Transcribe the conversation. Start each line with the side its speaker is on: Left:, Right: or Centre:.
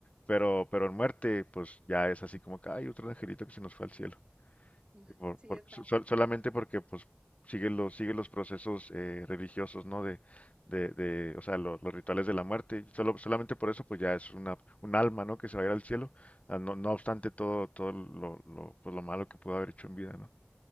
Left: pero, pero en muerte, pues ya es así como que hay otro angelito que se nos fue al cielo
Right: mm,
Left: y por-
Right: sí,
Left: por-
Right: exacto.
Left: so- so- solamente porque pues siguen los, siguen los procesos eh, religiosos, ¿no? De, de, de, o sea, lo- los rituales de la muerte. Solo, solamente por eso pues ya es una, un alma, ¿no? Que se va a ir al cielo, ah, no, no obstante todo, todo lo, lo, pues, lo malo que pudo haber hecho en vida, ¿no?